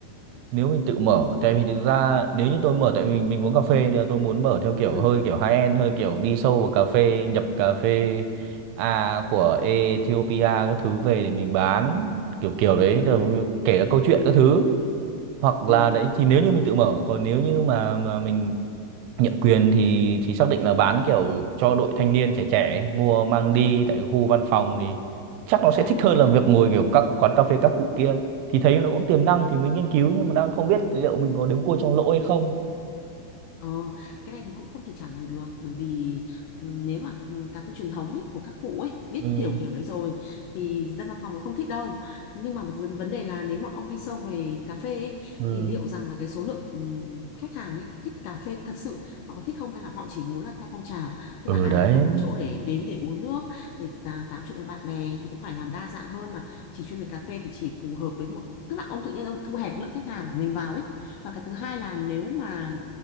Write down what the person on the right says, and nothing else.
nếu mình tự mở tại vì thực ra nếu như tôi mở tại vì mình, mình muốn cà phê nên là tôi muốn mở theo kiểu
hơi kiểu high end hơi kiểu đi sâu vào cà phê nhập cà phê A của Ethiopia các thứ về để mình bán kiểu kiểu đấy
tức là kể cả câu chuyện các thứ hoặc là
đấy thì nếu như mình tự mở còn nếu như mà mà mình nhượng quyền thì thì xác định là bán kiểu cho đội thanh niên trẻ trẻ ấy, mua mang đi tại khu văn phòng thì chắc nó sẽ thích hơn là việc ngồi kiểu các quán cà phê các cụ kia thì thấy nó cũng tiềm năng thì mình nghiên cứu nhưng mà đang không biết liệu mình có đếm cua trong lỗ hay không
ừ
ừ
ừ
đấy